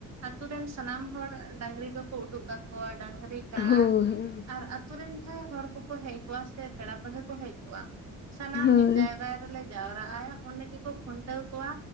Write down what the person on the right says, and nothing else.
ᱟᱛᱳ ᱨᱮᱱ ᱥᱟᱱᱟᱢ ᱦᱚᱲ ᱰᱟᱝᱨᱤ ᱠᱚᱠᱚ ᱩᱰᱩᱠ ᱠᱟᱠᱚᱣᱟ ᱰᱟᱝᱨᱤ ᱠᱟᱲᱟ᱾
ᱟᱨ ᱟᱛᱩ ᱨᱮᱱ ᱦᱚᱸ ᱦᱚᱲ ᱠᱚᱠᱚ ᱦᱮᱡ ᱠᱚᱜᱼᱟ, ᱥᱮ ᱯᱮᱲᱟ ᱯᱟᱹᱲᱦᱟᱹ ᱠᱚ ᱦᱮᱡ ᱠᱚᱜᱼᱟ, ᱥᱟᱱᱟᱢ
ᱥᱚᱦᱨᱟᱭ ᱨᱮᱞᱮ ᱡᱟᱣᱨᱟᱜᱼᱟ ᱚᱸᱰᱮ ᱜᱮᱠᱚ ᱠᱷᱩᱱᱴᱟᱹᱣ ᱠᱚᱣᱟ᱾